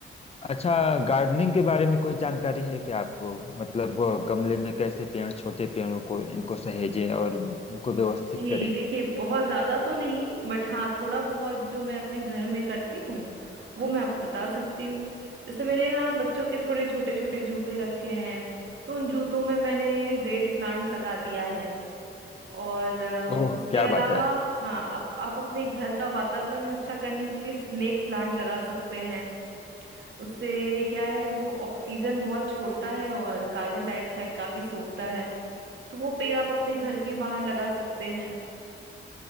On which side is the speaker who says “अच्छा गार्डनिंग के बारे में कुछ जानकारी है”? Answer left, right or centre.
Left